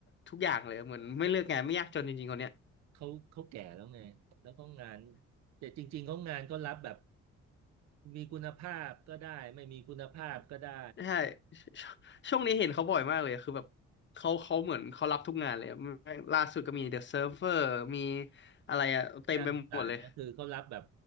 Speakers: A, on the left (about 40°); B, on the right (about 60°).
A: ทุกอย่างเลยเหมือนไม่เลือกงานไม่ยากจนจริงๆคนเนี้ย
B: เขาเขาแก่แล้วไง แล้วเขางานแต่จริงๆเขางานก็รับแบบมีคุณภาพก็ได้ ไม่มีคุณภาพก็ได้
A: ใช่ <laughs> ชช่วงนี้เห็นเขาบ่อยมากเลยคือแบบเขาเขาเหมือนเขารับทุกงานเลยแม่งล่าสุดก็มี The Server มีอะไรอะเต็มไปหมดเลย
B: น่าสงสารนะคือเขารับแบบ